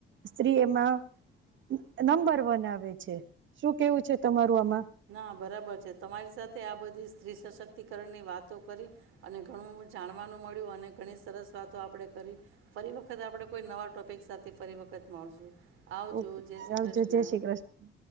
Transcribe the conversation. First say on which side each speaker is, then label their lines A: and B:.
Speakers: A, on the right; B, on the right.
A: સ્ત્રી એમાં નંબર વન આવે છે. શું કેવું છે તમારું? <unintelligible>
B: હા બરાબર છે. તમારી સાથે આ બધી સ્ત્રી સશક્તિકરણની વાતો કરી અને ઘણું જાણવાનું મળ્યું અને ઘણી સરસ વાતો આપણે કરી ફરી વખત આપણે કોઈ નવા ટોપિક સાથે ફરી વખત મળશું. આવજો
A: ઓકે
B: જય શ્રી
A: આવજો
B: કૃષ્ણ
A: જય શ્રી કૃષ્ણ.